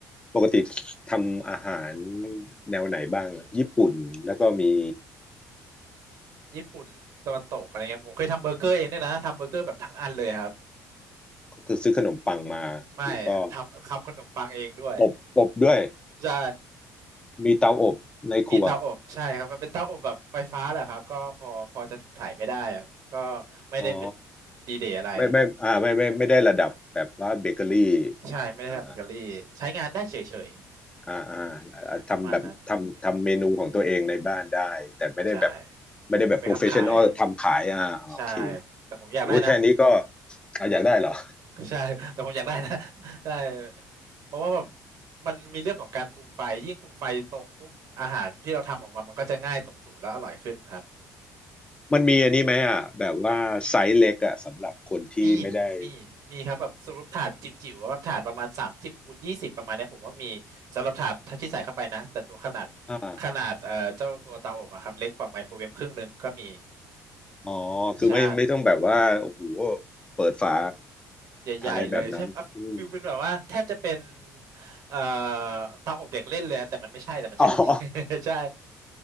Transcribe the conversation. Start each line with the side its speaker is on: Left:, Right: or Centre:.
Left: ปกติทำอาหารแนวไหนบ้างอะญี่ปุ่นแล้วก็มี
Right: ญี่ปุ่นตะวันตกอะไรเงี้ยผมเคยทำเบอร์เกอร์เองด้วยนะทำเบอร์เกอร์แบบทั้งอันเลยครับ
Left: คือซื้อขนมปังมาแล้วก็
Right: ไม่ทำทำขนมปังเองด้วย
Left: อบอบด้วย
Right: ใช่
Left: มีเตาอบในครัว
Right: มีเตาอบใช่ครับมันเป็นเตาอบแบบไฟฟ้าแหละครับก็พอพอจะถูกถ่ายไม่ได้อะก็ไม่ได้เป็น
Left: อ๋อ
Right: ดีเดย์อะไร
Left: ไม่ไม่อ่าไม่ไม่ไม่ได้ระดับแบบว่าเบเกอรี่
Right: ใช่ไม่ได้ทำเบเกอรี่ใช้งานได้เฉย
Left: อ่าอ่าอ่า
Right: ๆ <laughs>
Left: อ่าทำแบบทำทำเมนูของตัวเองในบ้านได้
Right: ประมาณนั้น
Left: แต่ไม่ได้แบบ
Right: ใช่
Left: ไม่ได้แบบโปรเฟชชั่นอลทำขายอ่าโอเค
Right: เอาไปทคำขายใช่แต่ผมอยากได้นะผม
Left: โอ้ยแค่นี้ก็อ่ะอยากได้เหรอ
Right: ใช่ <laughs> แต่ผมอยากได้นะ <laughs> ได้เพราะว่าแบบมันมีเรื่องของการคุมไฟยิ่งคุมไฟตรงปุ๊บอาหารที่เราทำออกมา มันก็จะง่ายตรงสูตรแล้วอร่อยขึ้นครับ
Left: มันมีอันนี้ไหมอ่ะแบบว่าไซส์เล็กอ่ะสำหรับคนที่ไม่ได้
Right: มี มีมีครับแบบสำหรับถาดจิ๋วๆว่าถาดประมาณสามสิบคูณยี่สิบประมาณเนี้ยผมว่ามีสำหรับถาดที่ใส่เข้าไปนะแต่ตัวขนาด
Left: อ่า
Right: ขนาดเอ่อเจ้าตัวเตาอบอะครับเล็กกว่าไมโครเวฟครึ่งหนึ่งก็มี
Left: อ๋อ คือไม่ไม่ต้องแบบว่าโอ้โห
Right: ใช่
Left: เปิดฝา
Right: ใหญ่ๆเลยใช่อ่ะฟิลเป็นแบบว่าแทบจะเป็น
Left: อะไรแบบนั้นอืม
Right: เอ่อเตาอบเด็กเล่นเลยอะแต่มันไม่ใช่แต่มันใช้ได้จริง
Left: อ๋อ
Right: <laughs> ใช่